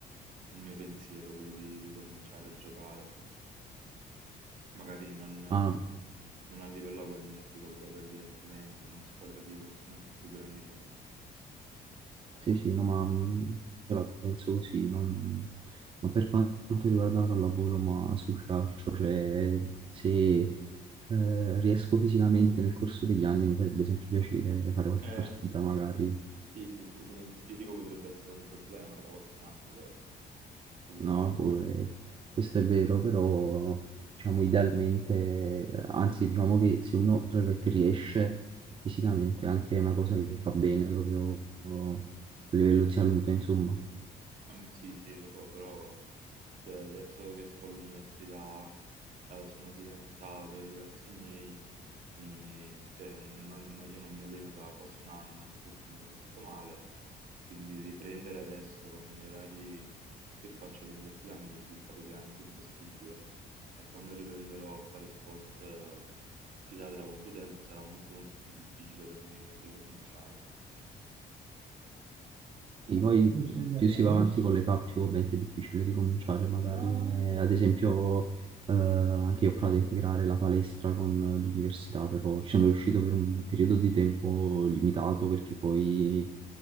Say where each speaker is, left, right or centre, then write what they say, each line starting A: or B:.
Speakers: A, on the right; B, on the right.
A: un mio pensiero quello di ricominciare a giocare. Magari non, non
B: Ah, no,
A: a livello agonistico, però per divertimento, in una squadra di persone un po' più grandicelle.
B: Sì, sì, no, ma mm, io la penso così, non- ma per quanto riguarda la pallavolo, ma sul calcio, cioè se eh, riesco fisicamente nel corso degli anni mi farebbe sempre piacere fare qualche
A: Eh,
B: partita magari,
A: sì, sì, pu- il fisico potrebbe essere un problema tra qualche anno, però ci proviamo.
B: no? Boh, eh, questo è vero, però diciamo idealmente, anzi diciamo che se uno tra virgolette, riesce fisicamente anche è una cosa che fa bene proprio a livello di salute, insomma.
A: Ah, beh, Sì, sì, lo so, però cioè, adesso che sto all'università, eh, sono fidanzato, i ragazzi miei mi- cioè, non- no, io non mi alleno da quasi un anno, anche perché mi sono fatto male, quindi riprendere adesso con gli orari che faccio all'università mi risulta praticamente impossibile. E quando riprenderò a fare sport, eh, chissà tra quanto tempo, sarà molto molto più difficile per me ricominciare.
B: Sì, poi più si va avanti con l'età, più ovviamente è difficile ricominciare, magari. Eh, ad esempio, eh, anche io ho provato a integrare la palestra con l'università, però ci sono riuscito per un periodo di tempo limitato perché poi